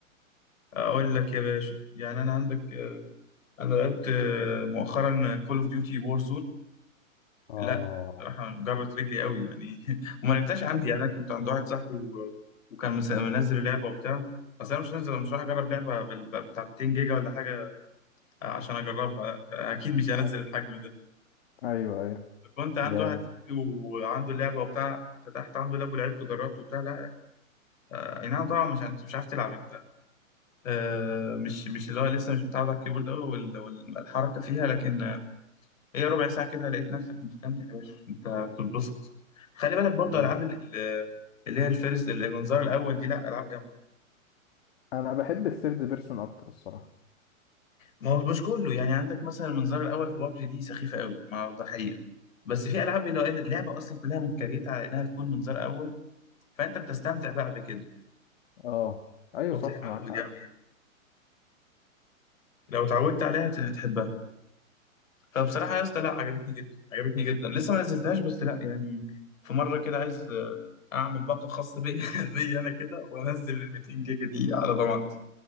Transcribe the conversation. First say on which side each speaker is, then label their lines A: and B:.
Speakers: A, on the left; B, on the left.
A: اقول لك يا باشا يعني انا عندك آه، انا لعبت آه، مؤخرا كول اوف ديوتي وور
B: اه
A: لا راح جرت رجلي قوي يعني <laughs> وما لعبتهاش عندي يعني انا كنت عند واحد صاحبي و... وكان مس- منزل اللعبه وبتاع بس انا مش نازل مش راح اجرب لعبه بال... بتاع 200 جيجا ولا حاجه عشان اجربها اكيد مش هنزل
B: ايوه
A: الحجم ده
B: ايوه
A: كنت عند
B: جامد
A: واحد صاحبي وعنده اللعبه وبتاع فتحت عنده لاب ولعبت وجربت وبتاع لا آه، اي نعم طبعا مش انت مش عارف تلعب انت آه، مش مش اللي هو لسه مش متعود على الكيبورد قوي والحركه فيها لكن هي ربع ساعة كده لقيت نفسك مستمتع يا باشا انت بتتبسط خلي بالك برضو
B: جامد
A: العاب ال- ال- اللي هي الفيرست المنظار الاول دي لا العاب جامدة
B: انا بحب الثيرد بيرسون اكتر الصراحه
A: ما هو مش كله يعني عندك مثلا المنظار الاول في بابجي دي سخيفة قوي مع الضحية بس في العاب اللي هو إيه، اللعبة اصلا كلها متكريتة على انها تكون منظار اول فانت بتستمتع بقى بكده
B: اه ايوه
A: وبتتعود
B: صح معاك حق
A: يعني لو اتعودت عليها هت- هتحبها فبصراحة يا اسطى لا عجبتني جدا عجبتني جدا لسه ما نزلتهاش بس لا يعني في مرة كده عايز آه، أعمل باقة خاصة بيا <laughs> بيا أنا كده وأنزل ال 200 جيجا دي على ضمانتي